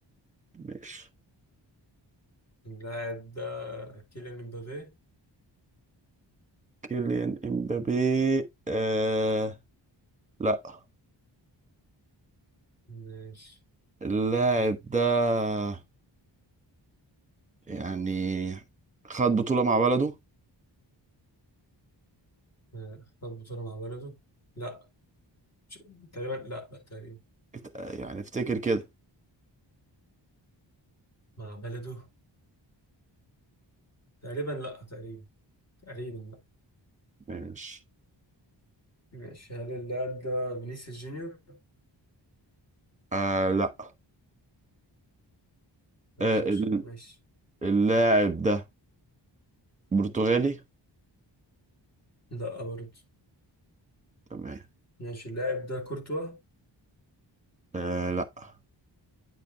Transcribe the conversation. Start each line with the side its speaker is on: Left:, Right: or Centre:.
Right: ماشي
Left: اللاعب ده كيليان امبابي
Right: كيليان امبابي آه لا
Left: ماشي
Right: اللاعب ده يعني خد بطولة مع بلده
Left: آه، خد بطولة مع بلده لا مش- تقريبا لا لا تقريبا
Right: ات- يعني افتكر كده
Left: مع بلده تقريبا لا تقريبا تقريبا لا
Right: ماشي
Left: ماشي هل اللاعب ده فينيسيوس جونيور؟
Right: آه لا
Left: ما
Right: آه
Left: تهزرش
Right: ال-
Left: بقى ماشي
Right: اللاعب ده برتغالي
Left: لا برضه
Right: تمام
Left: ماشي اللاعب ده كورتوا
Right: آه لا